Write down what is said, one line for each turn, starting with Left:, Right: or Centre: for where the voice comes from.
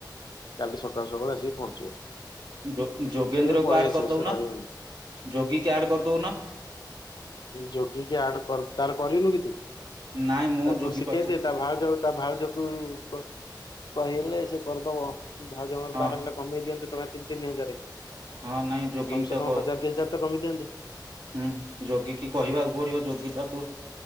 Left: କାଲି ସକାଳୁ ସକାଳୁ ଆସିକି ପହଞ୍ଚିବ।
Right: ଯୋଗ-ଯୋଗେନ୍ଦ୍ର
Left: ସେ ପଳେଇ
Right: କୁ ଆଡ
Left: ଆସିବ
Right: କରିଦଉନା।
Left: ସେ ରହିବନି
Right: ଯୋଗି କେ ଆଡ କରଦଉ ନ।
Left: ଯୋଗୀ। କିଏ ଆଡ କର ତାର କରିନୁ କି ତୁ?
Right: ନାଇଁ ମୁଁ
Left: ତାକୁ
Right: ଯୋଗୀ
Left: ଶିଖେଇଦେ
Right: ପାଖକୁ
Left: ତା ଭାଉଜ ତା ଭାଉଜକୁ କ-କହିଲେ ସେ କରିଦବ ଭାଉଜଙ୍କ ର
Right: ହଁ
Left: ତାର ହେଲେ କମେଇ ଦିଅନ୍ତୁ ଟଙ୍କା ତିନି ତିନି ହଜାର।
Right: ହଁ ନାଇଁ ଯୋଗୀ
Left: କମ୍ ସେ
Right: ତ
Left: କମ୍ ହଜାର ଦି ହଜାର ତ କମୀ ଦିଅନ୍ତୁ।
Right: ହୁଁ ଯୋଗୀ କି କହିବାକୁ ପଡିବ। ଯୋଗୀ ତାକୁ